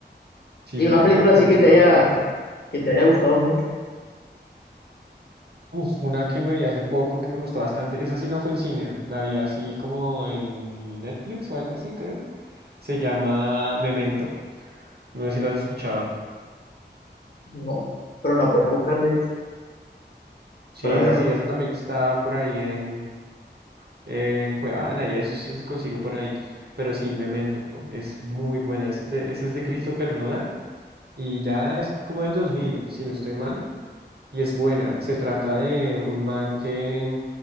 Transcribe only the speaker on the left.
Y
una película
así
que te haya
que te haya gustado mucho,
no, pero la podría buscar de hecho
para verla.